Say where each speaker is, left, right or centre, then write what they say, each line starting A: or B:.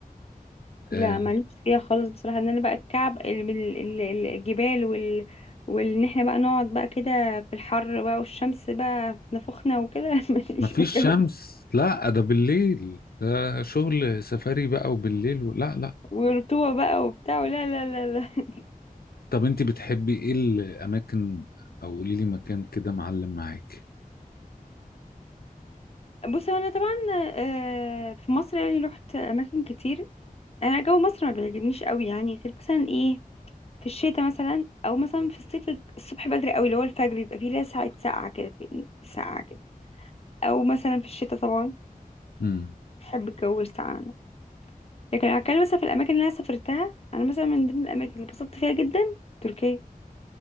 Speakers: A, on the left; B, on the left.
A: لا
B: آه،
A: ماليش فيها خالص بصراحة ان انا بقى الكعب ال- ال- ال- الجبال وال وان احنا بقى نقعد بقى كده في الحر بقى والشمس بقى في نافوخنا وكده <laughs> ماليش
B: مفيش
A: في الجو
B: شمس لا ده بالليل ده شغل سفاري بقى وبالليل و... لا لا
A: ورطوبة بقى وبتاع لا لا لا لا
B: طب انت بتحبي ايه الاماكن او قولي لي مكان كده معلم معاك
A: بص هو انا طبعا آه، في مصر يعني رحت اماكن كتير انا جو مصر ما بيعجبنيش قوي يعني غير مثلا ايه في الشتاء مثلا او مثلا في الصيف الصبح بدري قوي اللي هو الفجر بيبقى فيه لها ساعه ساقعه كده في- ساقعه كده او مثلا في الشتاء طبعا
B: امم
A: بحب الجو الساقع انا لكن لو هتكلم مثلا في الاماكن اللي انا سافرتها انا مثلا من ضمن الاماكن اللي اتبسطت فيها جدا تركيا